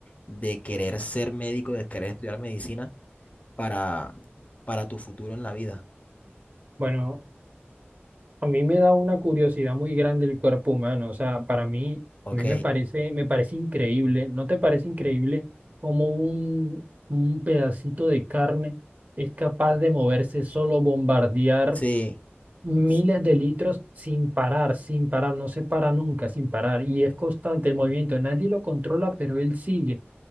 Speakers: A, on the left; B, on the right.
A: de querer ser médico, de querer estudiar medicina para, para tu futuro en la vida?
B: Bueno, a mí me da una curiosidad muy grande el cuerpo humano, o sea, para mí,
A: Ok,
B: a mí me parece, me parece increíble, ¿no te parece increíble cómo un, un pedacito de carne es capaz de moverse solo, bombardear?
A: sí,
B: miles
A: s-
B: de litros sin parar, sin parar, no se para nunca, sin parar. Y es constante el movimiento, nadie lo controla, pero él sigue.